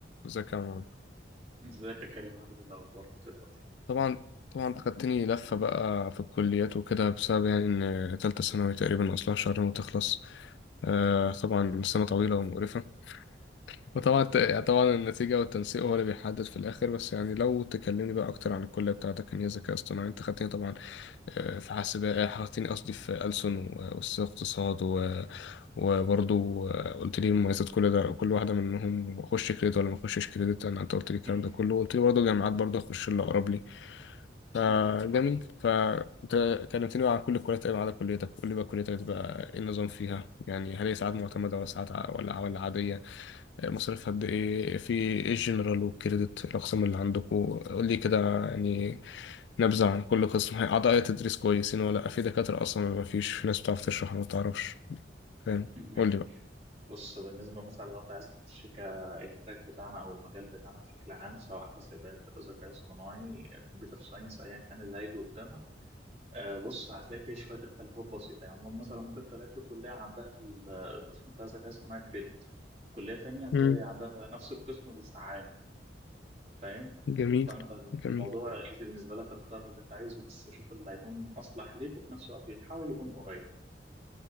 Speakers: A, on the left; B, on the right.
A: ازيك يا عمر
B: ازيك يا كريم عامل ايه الاخبار دلوقتي
A: طبعا طبعا خدتني لفة بقى في الكليات وكده بسبب يعني إن تالتة ثانوي تقريبا أصلها شهرين وتخلص آه طبعا سنة طويلة ومقرفة
B: مهم.
A: وطبعا طبعا النتيجة والتنسيق هو اللي بيحدد في الآخر بس يعني لو تكلمني بقى أكتر عن الكلية بتاعتك إن هي ذكاء اصطناعي أنت خدتني طبعا آه، في حاسبات خدتني قصدي في ألسن و- وسياسة اقتصاد و... وبرضه آه، قلت لي مميزات كل ده كل واحدة منهم أخش كريدت ولا ما أخشش كريدت أنا أنت قلت لي الكلام
B: مهم.
A: ده كله قلت لي برضه جامعات برضه أخش اللي أقرب لي فجميل
B: مهم.
A: فانت كلمتني بقى عن كل الكليات تقريبا ما عدا كليتك قول لي بقى كليتك بقى ايه النظام فيها يعني هل هي ساعات معتمدة ولا ساعات ع- ولا ولا عادية مصاريف قد ايه في ايه الجنرال والكريدت الاقسام اللي عندكم قول لي كده يعني نبذة عن كل قسم هي اعضاء تدريس كويسين ولا لأ؟ في دكاترة اصلا ولا مفيش في ناس بتعرف تشرح ولا ما بتعرفش فاهم
B: مهم.
A: قول لي بقى
B: بص بالنسبه مثلا لو انت عايز تخش كالتراك بتاعنا او المجال بتاعنا بشكل عام سواء حاسبات ذكاء اصطناعي كمبيوتر ساينس ايا كان اللي هيجي قدامك آه، بص هتلاقي فيه شويه اختلافات بسيطه يعني مثلا ممكن تلاقي في كليه عندها ال- القسم بتاع الذكاء الاصطناعي كريدت كليه تانية هتلاقي
A: امم
B: عندها نفس القسم بس عام فاهم
A: جميل
B: فانت
A: جميل
B: الموضوع ايزي بالنسبه لك اختار اللي انت عايزه بس شوف اللي هيكون اصلح ليك وفي نفس الوقت حاول يكون قريب